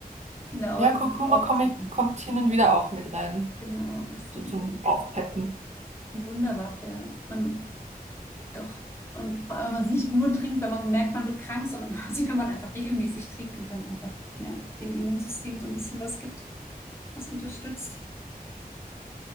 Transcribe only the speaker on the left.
Genau, aber
das
ist auch
so.
Genau, das
ist
Die Wunderwaffe. Man, doch. Und vor allem, wenn man es nicht nur trinkt, wenn man merkt, man wird krank, sondern <laughs> quasi, wenn man einfach regelmäßig trinkt und dann einfach, ja, dem Immunsystem so ein bisschen was gibt, was unterstützt.